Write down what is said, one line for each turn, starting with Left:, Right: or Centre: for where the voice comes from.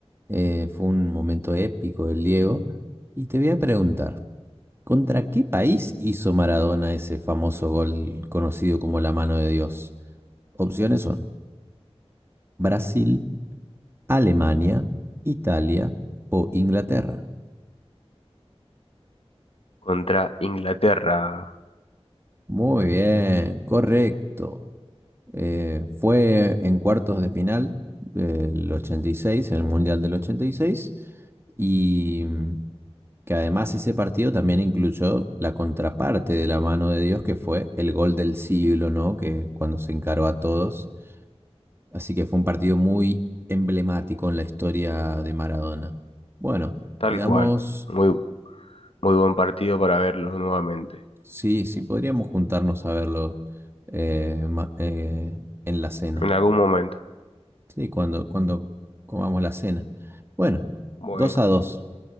Right: Eh, fue un momento épico del Diego. Y te voy a preguntar. ¿Contra qué país hizo Maradona ese famoso gol conocido como la mano de Dios? Opciones son Brasil, Alemania, Italia o Inglaterra.
Left: Contra Inglaterra.
Right: Muy bien, correcto. Eh, fue en cuartos de final del 86, en el Mundial del 86, y seis, y mm, que además ese partido también incluyó la contraparte de la mano de Dios, que fue el gol del siglo, ¿no? Que cuando se encaró a todos Así que fue un partido muy emblemático en la historia de Maradona. Bueno,
Left: Tal
Right: quedamos,
Left: cual. Muy, Muy buen partido para verlo nuevamente,
Right: sí, sí, podríamos juntarnos a verlo eh, ma- eh, en la cena.
Left: en algún momento.
Right: Sí, cuando, cuando comamos la cena. Bueno,
Left: Bueno,
Right: dos a dos.